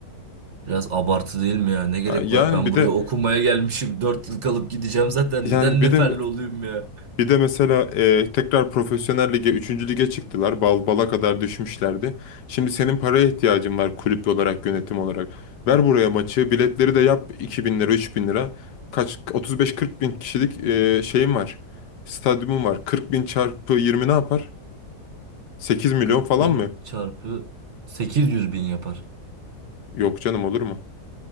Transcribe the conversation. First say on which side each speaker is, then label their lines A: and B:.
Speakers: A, on the right; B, on the left.
A: Biraz abartı değil mi ya? Ne gerek
B: Ha, Yani
A: var? Ben
B: bir
A: buraya
B: de
A: okumaya gelmişim. dört yıl kalıp gideceğim zaten.
B: yani
A: Neden
B: bir
A: neferli
B: de
A: olayım ya?
B: Bir de mesela e, tekrar profesyonel lige, üçüncü lige çıktılar. Bal, bala kadar düşmüşlerdi. Şimdi senin paraya ihtiyacın var kulüp olarak, yönetim olarak. Ver buraya maçı, biletleri de yap 2000 lira, 3000 lira. Kaç 35-40 bin kişilik e, şeyim var. Stadyumum var. 40 bin çarpı 20 ne yapar? 8 milyon
A: 40
B: falan
A: bin
B: mı?
A: çarpı 800 bin yapar.
B: Yok canım olur mu?